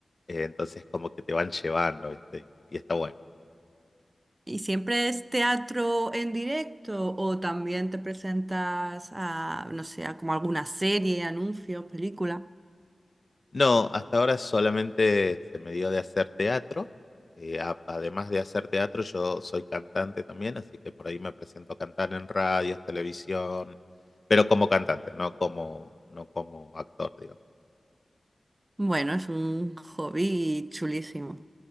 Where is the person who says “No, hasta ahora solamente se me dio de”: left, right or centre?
Left